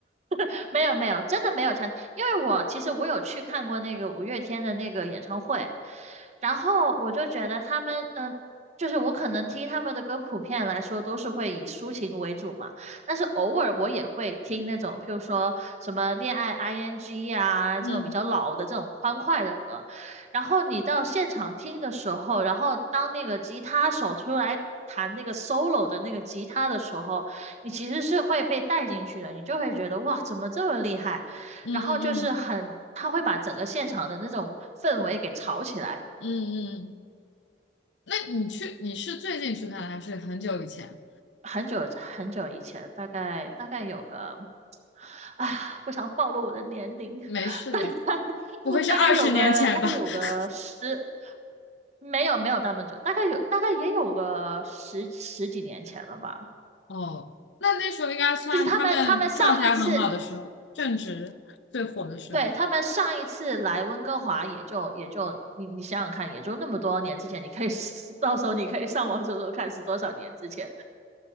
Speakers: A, on the right; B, on the left.
A: <laughs> 没有没有，真的没有唱，因为我其实我有去看过那个五月天的那个演唱会，然后我就觉得他们，嗯、就是我可能听他们的歌，普遍来说都是会以抒情为主嘛，但是偶尔我也会听那种，譬如说什么恋爱 ing 啊这种比较老的这种欢快的歌，
B: 嗯
A: 然后你到现场听的时候，然后当那个吉他手出来弹那个 solo 的那个吉他的时候。你其实是会被带进去的，你就会觉得哇，怎么这么厉害？
B: 嗯嗯
A: 然后就是很，他会把整个现场的那种氛围给炒起来。
B: 嗯嗯嗯。那你去，你是最近去看的还是很久以前？
A: 很久很久以前，大概大概有个，啊，不想暴露我的年龄，
B: 没事的，
A: <laughs> 大概 <laughs>
B: 不会是二十年前吧？
A: 大概有个大概有个十，
B: <laughs>
A: 没有没有那么久，大概有大概也有个十十几年前了吧。
B: 哦，那那时候应该算他们状态很好的时候，
A: 就是他们他们上一次
B: 正值最火的时候。
A: 对，他们上一次来温哥华也就也就你你想想看，也就那么多年之前，你可以 <laughs> 到时候你可以上网搜搜看是多少年之前，